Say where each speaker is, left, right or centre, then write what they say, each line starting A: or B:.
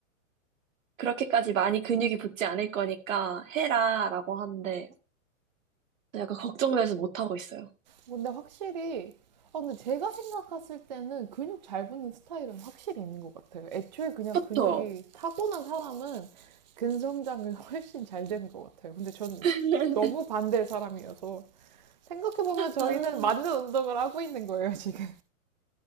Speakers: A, on the right (about 65°); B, on the right (about 35°).
A: <laughs> 그렇게까지 많이 근육이 붙지 않을 거니까 해라, 라고 하는데, 약간 걱정돼서 못하고 있어요.
B: 근데 확실히, 아, 근데 제가 생각했을 때는 근육 잘 붙는 스타일은 확실히 있는 것 같아요. 애초에 그냥
A: 그쵸?
B: 근육이 타고난 사람은 근성장은 <laughs> 훨씬 잘 되는 것 같아요. 근데 저는
A: <laughs>
B: 너무 반대의 사람이어서 생각해보면 저희는
A: 아,
B: 맞는 운동을 하고 있는 거예요, 지금.